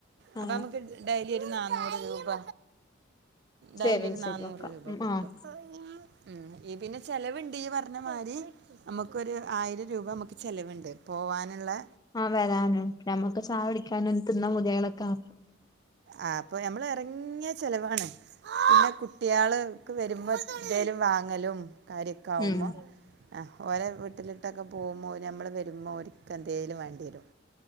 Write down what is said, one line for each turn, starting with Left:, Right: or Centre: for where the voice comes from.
Right: അപ്പൊ
Left: ആഹ്
Right: അമ്മക്കിത് - ഡൈലി ഒരു നാന്നൂറ് രൂപ
Left: സേവിങ്സ്
Right: ഡൈലി ഒരു നാന്നൂറ്
Left: ആയിട്ട് വെക്കാം
Right: രൂപ കിട്ടും
Left: ആഹ്
Right: ഉം ഈ പിന്ന ചെലവുണ്ടീ പറഞ്ഞ മാരി നമ്മക്കൊരു ആയിരം രൂപ നമ്മ ക്ക് ചെലവുണ്ട് പോവാനുള്ളെ
Left: ആഹ് വരാനും നമ്മുക്ക് ചായു ടിക്കാനും തിന്നകൊതിയാവണക്കാ
Right: ആഹ് അപ്പൊ നമ്മള് എറങ്ങിയ- ചെലവാണ് പിന്നെ കുട്ടിയള്ക്ക് വരുമ്പൊ ന്തേലും വാങ്ങലും കാര്യം ഒെക്ക ആവുമ്പം
Left: ഉം
Right: ആഹ് ഓലെ വീട്ടിലോട്ടൊക്കെ പോകുമ്പോ നമ്മള് വരുമ്പോ ഓരിക്ക് എന്തേലും വേണ്ടി വരും